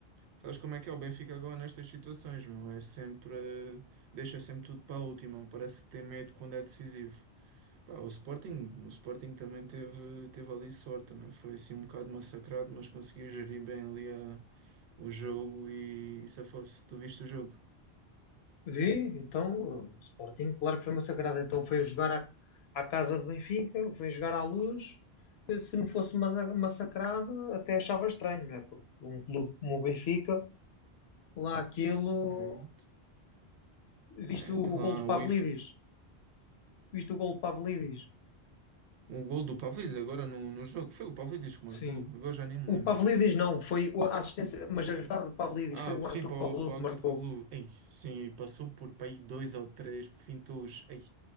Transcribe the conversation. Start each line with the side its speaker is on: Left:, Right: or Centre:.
Right: Sabes como é que é o Benfica agora nestas situações, meu? É sempre... Deixa sempre tudo para a última. Parece que tem medo quando é decisivo. Pá, o Sporting, o Sporting também teve, teve ali sorte. Também foi assim um bocado massacrado, mas conseguiu gerir bem ali a- o jogo e, e se fosse, tu viste o jogo?
Left: Vi, então, o Sporting, claro que foi massacrado. Então foi jogar à, à casa de Benfica, foi jogar à luz. Eh, Se não fosse massa- massacrado, até achava estranho, não é? Porque um clube como o Benfica, lá aquilo.
Right: Isso também...
Left: Viste
Right: É,
Left: o
Right: tem lá
Left: gol de
Right: o
Left: Pavlidis?
Right: info.
Left: Viste o gol de Pavlidis?
Right: O gol do Pavlidis agora no, no jogo. Foi o Pavlidis que marcou.
Left: Sim.
Right: Agora já nem me
Left: O
Right: lembro.
Left: Pavlidis não, foi a assistência, mas a verdade do Pavlidis
Right: Ah,
Left: foi o
Right: sim,
Left: Arthur
Right: para
Left: Cabral
Right: o, para o
Left: que
Right: Arthur
Left: marcou.
Right: Cablu. Ei, sim, e passou por para aí dois ou três fintos. Ei,